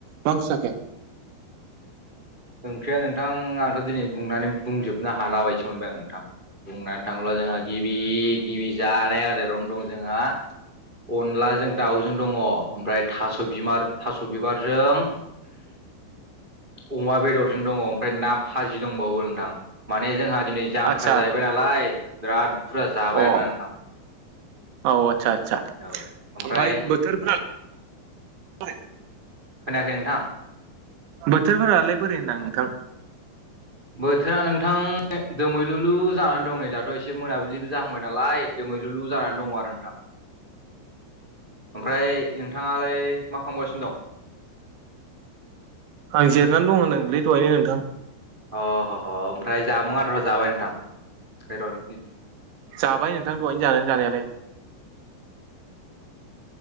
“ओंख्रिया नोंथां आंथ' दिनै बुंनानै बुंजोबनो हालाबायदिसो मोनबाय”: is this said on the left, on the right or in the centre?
Right